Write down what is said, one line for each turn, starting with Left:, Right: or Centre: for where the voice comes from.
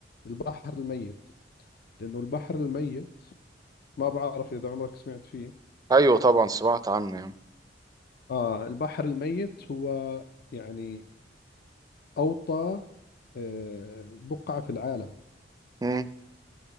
Left: البحر الميت لأنه البحر الميت ما بعرف إذا عمرك سمعت فيه
Right: ايوه طبعا سمعت عنه يعني
Left: آه البحر الميت هو يعني أوطى آه، بقعة في العالم
Right: مم.